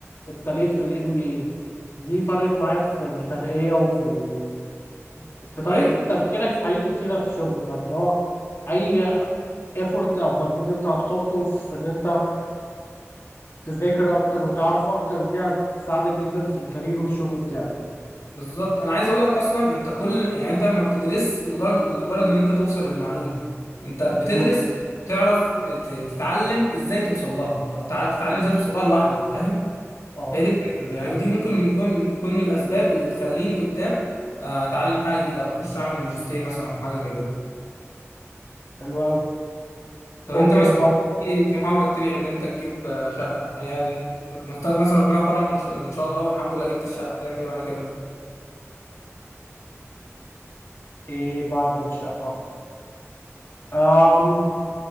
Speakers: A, on the left (about 55°); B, on the left (about 85°).
A: ابتديت في الام بي اي دي فرقت معايا في الترقيه وفي ال... في طريقه
B: ايوه
A: تفكيرك في حاجات كتيره في الشغل فاللي هو اي ايفورت او مجهود انت هتحطه في ان انت تذاكر اكتر وتعرف اكتر دي هتساعدك جدا في الكارير والشغل بتاعك
B: بالظبط انا عايز اقول لك اصلا انت كل يعني انت ما بتدرس لمجرد لمجرد ان انت توصل للمعلومه انت بتدرس
A: امم
B: تعرف ت- تتعلم ازاي توصل لها او تع- تتعلم
A: أمم.
B: ازاي توصل لها لوحدك فاهم
A: اه
B: هي دي الفكره يعني ودي ممكن تكون تكون من الاسباب اللي تخليني قدام آه، اتعلم حاجه جديده او اخش اعمل ماجستير مثلا او حاجه زي كده
A: حلو قوي
B: طب
A: اوكي
B: انت مثلا
A: طب
B: ايه طموحاتك تاني غير ان انت تجيب آه، شقه يعني نفترض مثلا ربنا كرمك ان شاء إن شاء الله والحمد لله جبت الشقه هتعمل ايه بعد كده
A: ايه بعد الشقه أم...